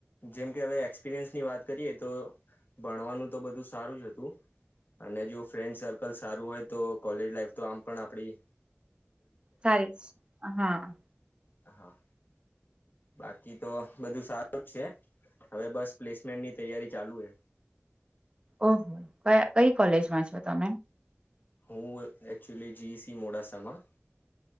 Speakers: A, on the left (about 45°); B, on the right (about 25°).
A: જેમ કે હવે એક્સપિરિયન્સની વાત કરીએ તો ભણવાનું તો બધું સારું જ હતું અને જો ફ્રેન્ડ સર્કલ સારું હોય તો કોલેજ લાાઈફ તો આમ પણ આપણી
B: <unintelligible> હા.
A: હા. બાકી તો બધું સારું જ છે, હવે બસ પ્લેસમેન્ટની તૈયારી ચાલુ હે.
B: ઓહો ક કઈ કોલેજમાં છો તમે?
A: હું એકક્ચુઅલી જી ઈ સી મોડા સામાં